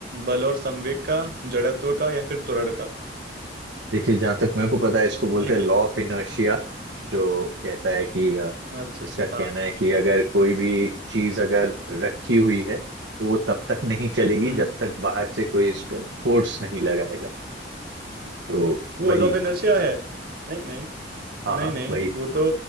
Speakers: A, on the right; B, on the right.
A: बल और संवेग का जड़त्व का या फिर त्वरण का
B: देखिए जहां तक मेरे को पता है इसको बोलते
A: देखिए
B: हैं लॉ ऑफ इनर्शिया जो कहता है कि अ,
A: अच्छा
B: इसका कहना
A: हाँ
B: है कि अगर कोई भी चीज अगर रखी हुई है तो वो तब तक नहीं चलेगी
A: हम्म
B: जब तक बाहर से कोई इस पे फोर्स नहीं लगाएगा तो
A: वो
B: वही
A: लॉ ऑफ
B: है
A: इनर्शिया है नहीं नहीं
B: हाँ
A: नहीं
B: हाँ
A: नहीं
B: वही
A: वो तो